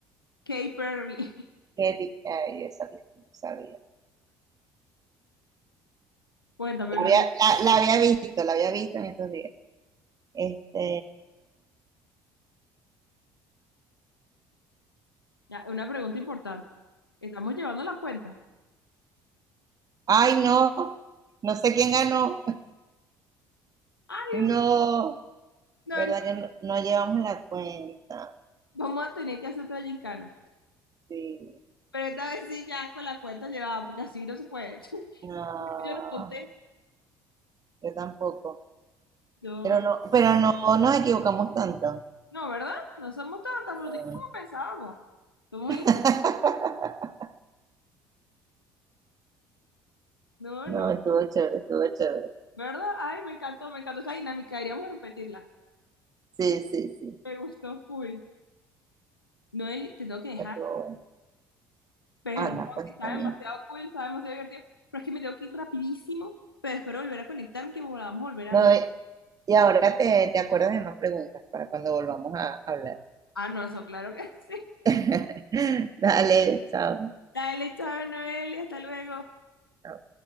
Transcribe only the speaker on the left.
Kay Perry.
<laughs> Cuéntame,
Noel.
Ya, una pregunta importante. ¿Estamos llevando la cuenta?
Ay, Dios
mío. No,
Vamos a tener que hacer otra gincana.
Pero esta vez sí ya con la cuenta llevada, porque así no se puede. <laughs>
Yo no conté.
Yo-
No, ¿verdad? No somos tan
bruticas como pensábamos. Somos...
in- No,
no.
¿Verdad? Ay, me encantó, me encantó esa dinámica. Deberíamos repetirla.
Me gustó full. Noeli, te tengo que dejar.
Perdón,
que
está demasiado
cool, está demasiado divertido. Pero es que me tengo que ir rapidísimo. Pero espero volver a conectarme y que volvamos a volver a
hablar.
Ah, no, eso claro que <laughs> sí.
Dale, chao, Noeli. Hasta luego.